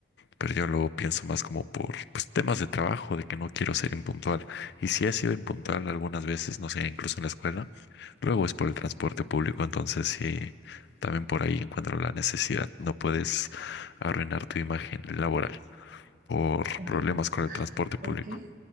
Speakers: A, on the left; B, on the right.
A: pero yo luego pienso más como por pues, temas de trabajo, de que no quiero ser impuntual, y sí he sido impuntual algunas veces, no sé, incluso en la escuela, Luego es por el transporte público, entonces sí, también por ahí encuentro la necesidad. No puedes arruinar tu imagen laboral por
B: <laughs>
A: problemas con el transporte público.
B: ¿Por qué?